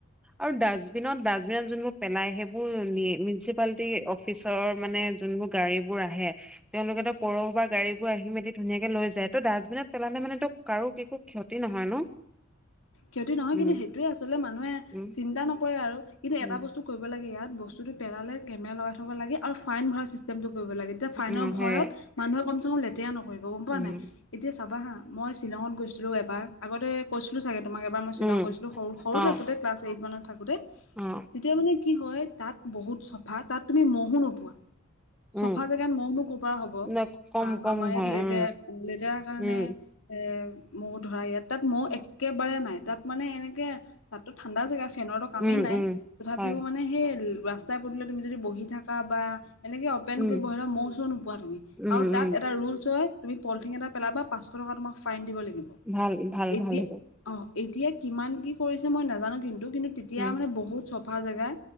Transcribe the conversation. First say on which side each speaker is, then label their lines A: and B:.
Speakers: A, in the centre; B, on the left.
A: আৰু ডাষ্টবিনত- ডাষ্টবিনত যোনবোৰ পেলাই সেইবোৰ মিনচিপালতি অফ পিছৰ মানে যোনবোৰ গাড়ী বোৰ আহে তেওঁলোকেতো
B: উম
A: পৌৰসভা গাড়ী বোৰ আহি মেলি ধুনীয়াকে লৈ যায় ত' ডাষ্টবিনত পেলালে মানেতো কাৰো একো ক্ষতি নহয় ন'?
B: ক্ষতি নহয়
A: উম
B: কিন্তু সেইটোৱে আচলতে মানুহে
A: উম
B: চিন্তা নকৰে আৰু কিন্তু
A: উম
B: এটা বস্তু কৰিব লাগে ইয়াত বস্তুটো পেলালে কেমেৰা লগাই থব লাগে আৰু ফাইন ভৰা চিষ্টেমটো কৰিব লাগে। তেতিয়া ফাইনৰ
A: উম
B: ভয়ত
A: সেয়ে
B: মানুহে কমচে কম লেতেৰা নকৰিব গম পোৱা
A: উম
B: নাই। এতিয়া চাবা হা মই শ্বিলঙত গৈছিলো এবাৰ আগতে কৈছিলো চাগে তোমাক এবাৰ মই শ্বিলং
A: উম
B: গৈছিলো সৰু- সৰু
A: অ
B: থাকোতে ক্লাছ এইট মানত থাকোতে
A: অ
B: তেতিয়া মানে কি হয় তাত বহুত চফা তাত তুমি ম'হহো নোপোৱা
A: উম
B: চফা জেগাত ম'হনো কৰপৰা হ'ব।
A: ন কম
B: আ,
A: কম
B: আমাৰ ইয়াত
A: হয়
B: লেতেৰা
A: উম
B: -লেতেৰা কাৰনে
A: উম
B: এ মও ধৰা ইয়াত তাত মও এক একেবাৰে নাই তাত মানে এনেকে তাততো ঠাণ্ডা জেগা ফেনৰতো কামেই
A: উম
B: নাই
A: উম
B: তথাপিও
A: হয়
B: মান মানে সেই ৰাস্তাই পদুলিয়ে তুমি যদি বহি থাকা বা এনেকে
A: উম
B: <unintelligible> মৌ চৌ নোপোৱা তুমি
A: উম
B: আৰু তাত
A: উম
B: এটা ৰুলচ হয় তুমি পলথিন এটা পেলাবা পাঁচশ টকা তোমাক ফাই দিব লাগিব।
A: ভাল- ভাল
B: এতিয়া
A: -ভাল সেইটো।
B: অ, এতিয়া কিমান কি কৰিছে মই নাজানো কিন্তু -কিন্তু তেতিয়া
A: উম
B: মানে বহুত চফা জেগা